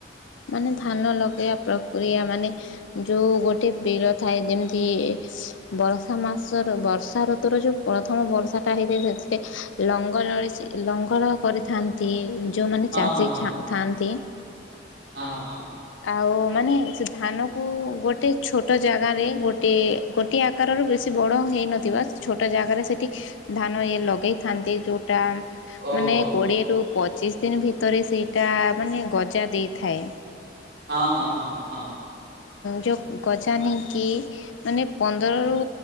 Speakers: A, on the left (about 85°); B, on the right (about 60°).
A: ମାନେ ଧାନ ଲଗେଇବା ପ୍ରକ୍ରିୟା ମାନେ ଯୋଉ ଗୋଟେ ବିଳ ଥାଏ ଯେମିତି ବର୍ଷା ମାସର ବର୍ଷା ଋତୁୁର ଯୋଉ ପ୍ରଥମ ବର୍ଷା ଟା ହେଇଥାଏ ସେଥିରେ ଲଙ୍ଗ ଲ ଲଙ୍ଗଳ କରିଥାନ୍ତି। ଯେଉଁମାନେ
B: ହଁ
A: ଚାଷୀ
B: ହଁ ହଁ
A: ଥାଆନ୍ତି।
B: ହଁ ହ।
A: ଆଉ ମାନେ ସେ ଧାନକୁ ଗୋଟେ ଛୋଟ ଜାଗାରେ ଗୋଟିଏ ଗୋଟିଏ ଆକାରରୁ ବେଶୀ ବଡ଼ ହେଇନଥିବ ସେ ଛୋଟ ଜାଗାରେ ସେଇଠି ଧାନ ଇଏ ଲଗାଇଥାନ୍ତି ଯେଉଁଟା
B: ଓହୋ
A: ମାନେ କୋଡିଏ ରୁ ପଚିଶ ପଚିଶ ଦିନ ଭିତରେ ସେଇଟା ମାନେ ଗଜା ଦେଇ। ଥାଏ।
B: ହଁ ହଁ ହଁ ହ ହଁ ହଁ।
A: ଯେଉଁ ଗଜା ନେଇକି ମାନେ ପନ୍ଦରରୁ